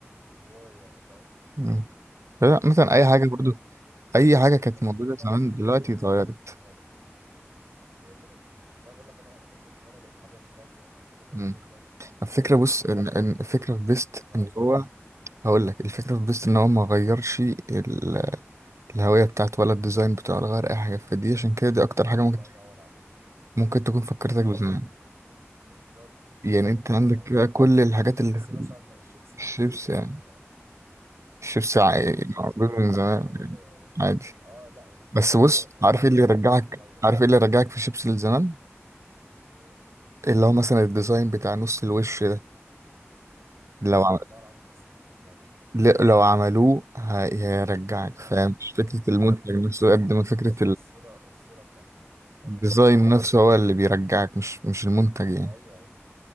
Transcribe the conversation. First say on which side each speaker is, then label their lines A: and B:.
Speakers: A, on the right; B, on the right.
A: الواو يعني فاهم
B: مم. لا مثلا اي
A: بس
B: حاجه برضو
A: كان
B: اي حاجه كانت
A: بس
B: موجوده
A: فكره ان
B: زمان
A: انا ماسك البيست
B: دلوقتي
A: نفسها
B: اتغيرت
A: كانت كانت حلوه هي كده كده بس انا بقول لك انا فكره ان انا لقيت حاجه بتاعت زمان دي كده موجوده
B: مم.
A: دلوقتي يعني
B: الفكره بص
A: ساعتها
B: ان إن الفكره
A: قدامي
B: في بيست
A: انا
B: ان
A: صغير
B: هو هقول لك الفكره في بيست ان هو ما غيرش ال- الهويه بتاعته ولا الديزاين بتاعه ولا غير اي حاجه فدي عشان كده دي اكتر حاجه
A: الله
B: ممكن
A: ينور عليك
B: ممكن تكون فكرتك
A: اهو
B: بزمان
A: بالظبط بالظبط
B: يعني انت
A: يعني
B: عندك
A: يعني
B: كده
A: بتوع
B: كل الحاجات
A: الشيبسي
B: اللي
A: مثلا الشيبسي
B: الشيبس
A: الشيبسي
B: يعني
A: لا بصراحه
B: الشيبس ع-
A: يعني الشيبسي
B: موجود
A: انا كنت
B: من زمان
A: بحب
B: يعني عادي
A: اه لا
B: بس
A: يغير
B: بص
A: هو
B: عارف ايه اللي
A: شكل
B: يرجعك
A: الكيس اتغير
B: عارف ايه اللي يرجعك في الشيبس لزمان
A: إيه
B: اللي هو مثلا الديزاين بتاع نص الوش ده لو
A: لسه
B: عم...
A: والله العظيم لسه كان في دماغي
B: ل- لو عملوه هي- هيرجعك فاهم
A: آه، <laughs>
B: مش فكرة المنتج
A: انا
B: نفسه قد ما فكرة
A: الص- الصورة الصورة بتاعت ال... بتاع ده
B: الديزاين
A: كانت حلوة
B: نفسه
A: أوي
B: هو اللي بيرجعك مش مش المنتج يعني
A: ايوه ايوه